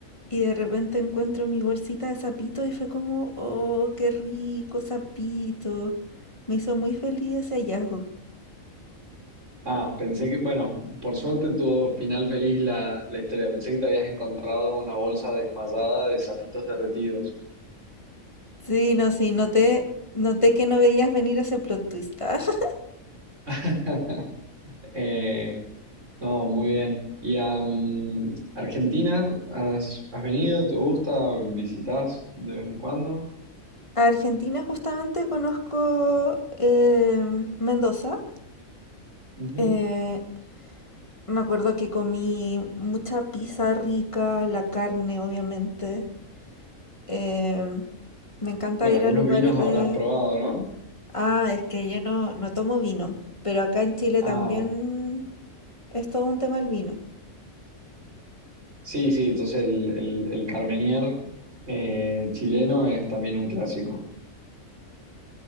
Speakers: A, on the left; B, on the right.
A: y de repente encuentro mi bolsita de sapito y fue como, oh, qué rico sapito. Me hizo muy feliz ese hallazgo.
B: ah, pensé que, bueno, por suerte tuvo final feliz la, la historia. Pensé que te habías encontrado una bolsa desmayada de zapitos derretidos.
A: Sí, no, sí, noté, noté que no veías venir ese plot twist. <laughs>
B: <laughs> Eh, no, muy bien. ¿Y a mm, Argentina has, has venido? ¿Te gusta? ¿Visitas de vez en cuando?
A: Argentina justamente conozco em, Mendoza.
B: Ujú.
A: Eh, me acuerdo que comí mucha pizza rica, la carne obviamente. Em, me encanta
B: Bueno,
A: ir
B: algunos
A: a lugares
B: vinos
A: de...
B: habrás probado, ¿no?
A: Ah, es que yo no, no tomo vino, pero acá en Chile
B: Ah,
A: también es todo un tema el vino.
B: sí, sí, entonces el, el, el Carmenier eh, chileno es también un clásico.